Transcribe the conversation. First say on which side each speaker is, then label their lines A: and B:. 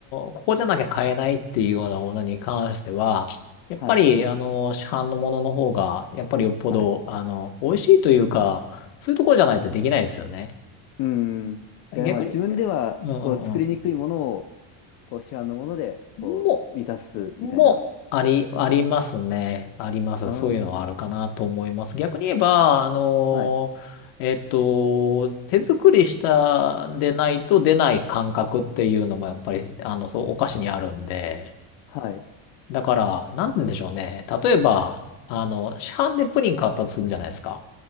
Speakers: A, on the left; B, on the left.
A: ここじゃなきゃ買えないっていうようなものに関しては、やっぱり、
B: はい。
A: あの、市販のものの方が、やっぱりよっぽど、
B: はい。
A: あの、美味しいというか、そういうところじゃないとできないですよね。
B: うん。じゃあ、
A: 逆に、
B: まあ自分では、
A: うんうんうん。
B: こう、作りにくいものを、こう、市販のもので、こう、
A: も、
B: 満たす、
A: も、
B: みたいな。
A: あり、ありますね。あります。
B: ああ、
A: そういうのはあるかなと思います。逆に言えば、あのーえっと、
B: はい。
A: 手作りしたんでないと出ない感覚っていうのもやっぱり、あの、そう、お菓子にあるんで。
B: はい。
A: だから、なんて言うんでしょうね。例えば、あの、市販でプリン買ったとするじゃないですか。